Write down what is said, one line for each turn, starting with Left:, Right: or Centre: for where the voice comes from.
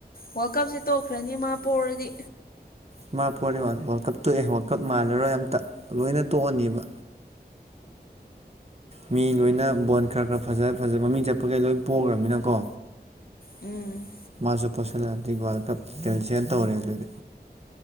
Left: ꯋꯥꯔꯀꯞꯁꯦ ꯇꯣꯛꯈ꯭ꯔꯅꯤ ꯃꯥ ꯄꯣꯔꯔꯗꯤ
Right: ꯏ ꯃꯥ ꯄꯣꯔꯦ ꯋꯥꯔꯜ ꯀꯞ ꯇꯣꯛꯑꯦ ꯋꯥꯔꯜ ꯀꯞ ꯃꯥꯟꯅꯔꯣꯏ ꯑꯝꯇ ꯂꯣꯏꯅ ꯇꯣꯛꯑꯅꯦꯕ ꯃꯤ ꯂꯣꯏꯅ ꯕꯣꯟ ꯈꯔ ꯈꯔ ꯐꯖ ꯐꯖ ꯃꯃꯤꯡ ꯆꯠꯄꯒꯩ ꯂꯣꯏ ꯄꯣꯛꯈ꯭ꯔꯃꯤꯅꯀꯣ
Left: ꯎꯝ
Right: ꯃꯥꯁꯨ ꯄꯣꯁꯤꯜꯂꯛꯑꯗꯤ ꯋꯥꯔꯜ ꯀꯞ ꯀꯦꯟꯁꯦꯜ ꯇꯧꯔꯦ ꯑꯗꯨꯗꯤ